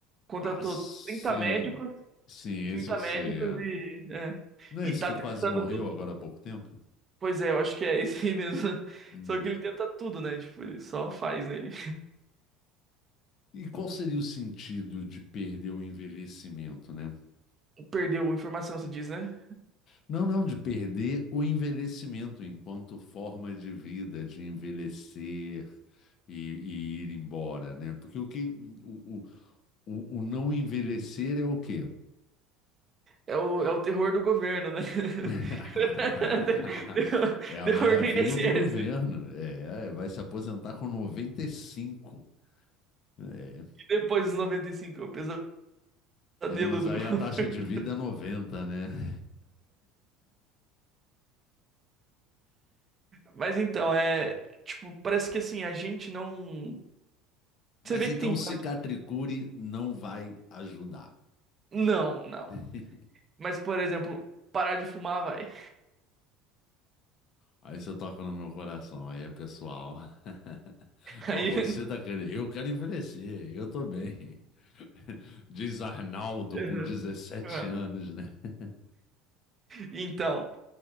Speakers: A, on the right (about 25°); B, on the left (about 40°).
A: contratou
B: Ah, sim.
A: 30 médicos,
B: Sim, esse
A: 30
B: eu
A: médicos
B: sei. É.
A: e é,
B: Não
A: e
B: é esse
A: tá
B: que
A: tentando
B: quase morreu
A: tudo.
B: agora há pouco tempo?
A: Pois é, eu acho que é esse aí mesmo. <laughs>
B: Hum.
A: Só que ele tenta tudo, né? Tipo, ele só faz, nele
B: E qual seria o sentido de perder o envelhecimento, né?
A: Ele perdeu informação, se diz, né?
B: Não, não, de perder o envelhecimento enquanto forma de vida, de envelhecer e, e ir embora, né? Porque o que o, o, o, o não envelhecer é o quê?
A: É o, é o terror do governo, né? <laughs>
B: <laughs>
A: Terror,
B: É a
A: terror
B: maravilha
A: do INSS.
B: do governo. É, é, vai se aposentar com 95. É.
A: E depois dos 95, é o pesadelo
B: É, mas
A: do
B: aí
A: governo.
B: a taxa de vida é 90, né? <laughs>
A: Mas então, é. Tipo, parece que assim, a gente não.
B: Mas
A: Você vê
B: então
A: que tem.
B: cicatricure não vai ajudar.
A: Não, não.
B: <laughs>
A: Mas, por exemplo, parar de fumar vai.
B: Aí você toca no meu coração, aí é pessoal. <laughs>
A: <laughs> Aí.
B: Mas você tá querendo, eu quero envelhecer, eu tô bem. <laughs> Diz Arnaldo
A: Uhum,
B: com dezessete
A: uhum.
B: anos, né? <laughs>
A: Então,